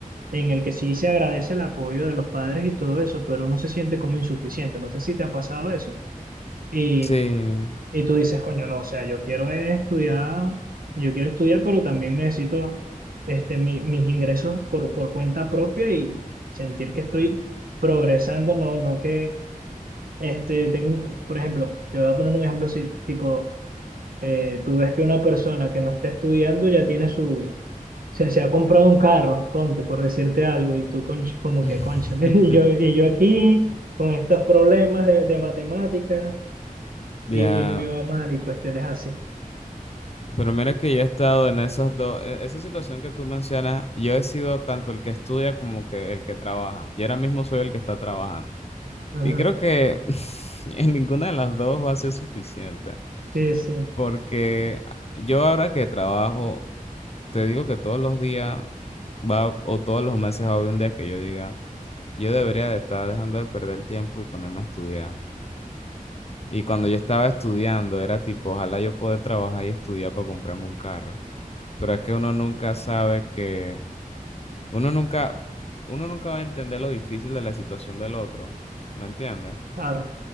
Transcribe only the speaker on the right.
en el que sí se agradece el apoyo de los padres y todo eso, pero uno se siente como insuficiente. No sé si te ha pasado eso. Y
y tú dices, coño, no, o sea, yo quiero es estudiar, yo quiero estudiar, pero también necesito este, mi- mis ingresos por, por cuenta propia y sentir que estoy progresando, no, no que este, tengo, un co- por ejemplo, yo voy a poner un ejemplo así, tipo, eh, tú ves que una persona que no está estudiando ya tiene su, se, se ha comprado un carro, ponte, por decirte algo, y tú conch- como que,
concha, <laughs> y yo, y yo aquí con estos problemas de, de matemáticas
y, y me va mal y cuestiones así.
Ujú,
Sí, sí,
claro.